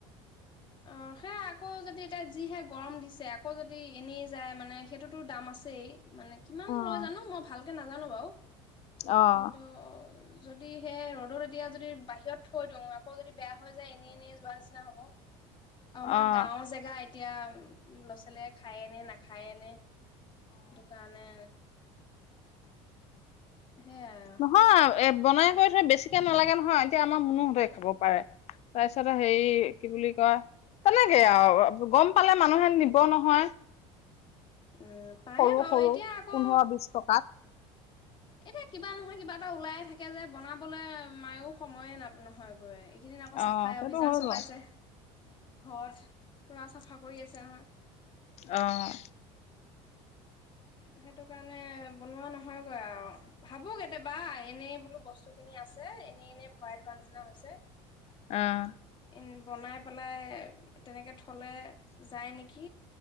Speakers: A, on the left (about 35°); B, on the left (about 50°).
A: অ সেয়া আকৌ যদি এতিয়া যিহে গৰম দিছে আকৌ যদি এনেই যায় মানে সেইটোতো দাম আছেই মানে কিমান
B: অ',
A: লয় জানো মই ভাল ে নাজানো বাৰু
B: অ',
A: কিন্তু যদি সে ৰ'দত এতিয়া যদি বাহিৰত থৈ দিওঁ আকৌ যদি বেয়া হৈ যায় এনেই এনেই যোৱা নিচিনা া হ'ব অ আমাৰ
B: অ'।
A: গাঁওৰ জেগা এতিয়া উ ল'ৰা ছোৱালীয়ে খায় আনে নাখায় আনে দোকানে সেয়াই
B: নহয় এ বনাই কৰিৈ থৈ বেছিকে নালাগে নহয় এতিয়া আমাৰ মনোহতে খাব পাৰে তাৰপিছত হেৰি কি বুলি কয় তেনেকে আৰু গম পালে মানুহে নিব নহয়
A: উম পায়
B: সৰু
A: বাৰু
B: সৰু
A: এতিয়া আকৌ
B: পোন্ধৰ বিশ টকাত।
A: এতিয়া কিবা নহয় কিবা এটা ওলাইে থাকে যে বনাবলৈ মায়েও সময়ে ন নহয় গৈ এইকেইদিন আকৌ
B: অ',
A: চাফাই
B: সেইটো
A: অভিযান
B: হয় বাৰু
A: চলাইছে
B: অ',
A: ঘৰত পুৰা চাফা কৰি আছে নহয়
B: আহ
A: সেইটো কাৰণে বনোৱা নহয়গৈ আৰু ভাবো কেতিয়াবা এনেই বোলো বস্তু খিনি আছে এনে এনে ভৰাই থোৱা নিচিনা হৈছে
B: অ',
A: এম বনাই পেলাই তেনেকে থলে যায় নেকি